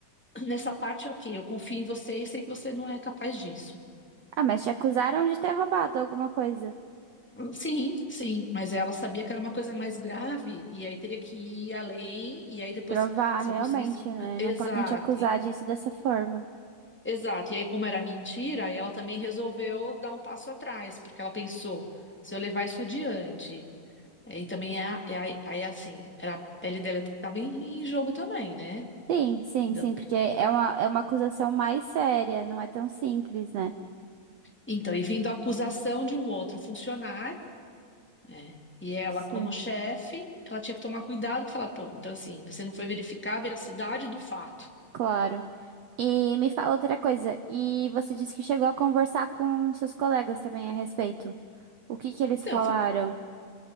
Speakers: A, in the centre; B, on the right.
A: nessa parte é ok, eu confio em você e sei que você não é capaz disso.
B: Ah, mas te acusaram de ter roubado alguma coisa.
A: Sim, sim, mas ela sabia que era uma coisa mais grave e aí teria que ir além e aí depois
B: Provar,
A: se
B: realmente,
A: eu conseguisse
B: né?
A: exato,
B: Não podem te acusar
A: e-
B: disso dessa forma.
A: exato. E aí como era mentira, aí ela também resolveu dar um passo atrás, porque ela pensou, se eu levar isso adiante, aí também é, é aí aí, assim, era a pele dela estava em, em jogo também, né?
B: Sim, sim,
A: Entendeu?
B: sim, porque é uma, é uma acusação mais séria, não é tão simples, né?
A: Então, e vindo a acusação de um outro funcionário É. E ela,
B: Sim.
A: como chefe, ela tinha que tomar cuidado e falar, pô, então assim, você não foi verificar a veracidade do fato.
B: Claro. E me fala outra coisa. E você disse que chegou a conversar com seus colegas também a respeito. O que que eles
A: Então,
B: falaram?
A: eu fui,